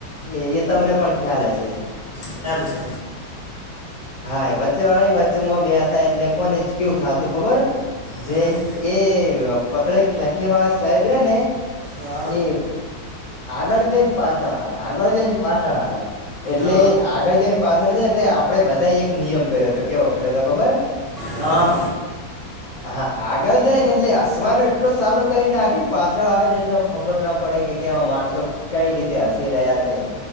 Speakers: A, on the left; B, on the right.
A: એ એ તમને પણ ખ્યાલ હશે.
B: ખ્યાલ છે.
A: હા વચ્ચે વાળા વચ્ચેમાં બે હતા એટલે કોને કેવું થતું ખબર
B: હમ,
A: જે એ પતળે ખ્યાખી વાળા સાહેબ રે ને
B: અ,
A: એ આગળ જઈને પાછળ આવે આગળ જઈને પાછળ આવે એટલે
B: અ,
A: આગળ જને પાછળ છે એટલે આપડે બધા એક નિયમ કર્યો હતો કેવો કર્યો હતો ખબર
B: હા
A: હા આગળ જાય ને એટલે હસવાનું એટલું સાલું કરી નાખી ને પાછળ આવે ને એટલે ખબર ના પડે કે કેવા માણસો કઈ રીતે હસી રહ્યા છે.